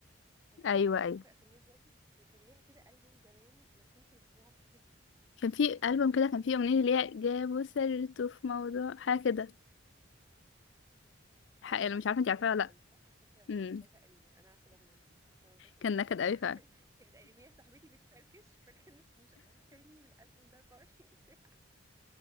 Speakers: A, on the right (about 15°); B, on the left (about 65°).
A: يمكن
B: ايوه
A: انا حتى مش
B: ايوه
A: فاكره اسميها دلوقتي بس كان ليها كده البوم زمان انا كنت بسمعه كتير جدا يعني
B: كان
A: كانت
B: في
A: كنت
B: البوم
A: حرفيا
B: كده كان
A: مش
B: فيه اغنيه
A: عارفة-
B: اللي هي جابوا سيرته في موضوع حاجه كده حق-
A: اه
B: أنا
A: الالبوم
B: مش عارفه
A: ده
B: انت
A: كان
B: عارفاها
A: نكد
B: ولا
A: قوي صح انا فاكره الالبوم
B: لا
A: ده تقريبا انا عارفه الاغنيه او ده كنت
B: كان نكد
A: بسمعه
B: قوي فعلا
A: <laughs> كانت اياميها صاحبتي بتفركش فكانت مش عارفاني بالالبوم ده 24 ساعه